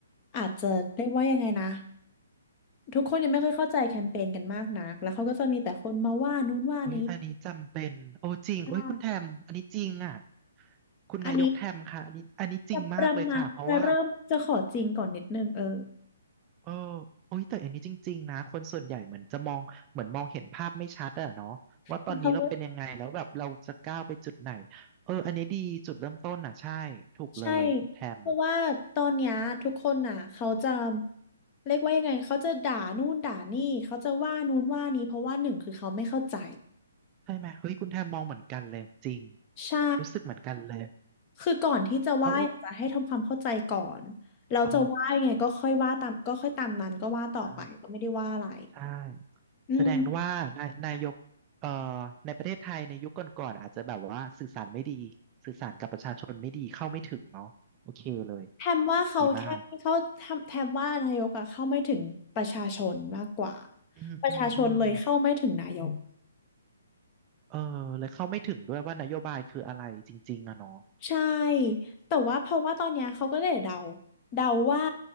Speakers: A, on the left; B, on the right.
A: อาจจะเรียกว่ายังไงนะทุกคนยังไม่ค่อยเข้าใจแคมเปญกันมากนักแล้วเขาก็จะมีแต่คนมาว่านู้นว่านี้
B: โอ้ยอันนี้จำเป็นโอ้จริงโอ้ยคุณแทมอันนี้จริงอ่ะ
A: อ่า
B: คุณนายกแทมค่ะอันนี้อันนี้จริงมากเลยค่ะเพราะว่า
A: อันนี้จะประมาณจะเริ่มจะขอจริงก่อนนิดนึงเออ
B: เออโอ้ยแต่อันนี้จริงๆนะคนส่วนใหญ่เหมือนจะมองเหมือนมองเห็นภาพไม่ชัดอะเนาะว่าตอนนี้เราเป็นยังไงแล้วแบบเราจะก้าวไปจุดไหน
A: แล้วเขาก็
B: เอออันนี้ดีจุดเริ่มต้นอ่ะใช่ ถูกเลยคุณแทม
A: ใช่เพราะว่าตอนเนี้ยทุกคนน่ะเขาจะเรียกว่ายังไงเขาจะด่านู่นด่านี่เขาจะว่านู่นว่านี้เพราะว่าหนึ่งคือเขาไม่เข้าใจ
B: ใช่ไหมเฮ้ยคุณแทมมองเหมือนกันเลยจริง
A: ใช่
B: รู้สึกเหมือนกันเลย
A: คือก่อนที่จะว่าอยากจะให้ทำความเข้าใจก่อนแล้วจะว่ายังไงก็ค่อยว่าตามก็ค่อยตามนั้นก็ว่าต่อไปก็ไม่ได้ว่าอะไร
B: แล้วเออเออ ใช่
A: อืม
B: แสดงว่านายนายกเอ่อในประเทศไทยในยุคก่อนๆอาจจะแบบว่าสื่อสารไม่ดีสื่อสารกับประชาชนไม่ดีเข้าไม่ถึงเนาะโอเคเลย
A: แทมว่าเขาแค่ไม่เข้าแทมแทมว่านายกอะเข้าไม่ถึงประชาชนมากกว่า
B: ดีมากอืมอืมอืม
A: ประชาชนเลยเข้าไม่ถึงนายก
B: เออแล้วเข้าไม่ถึงด้วยว่านโยบายคืออะไรจริงๆอะเนาะ
A: ใช่ แต่ว่าเพราะว่าตอนเนี้ยเขาก็เลยเดา เดาว่า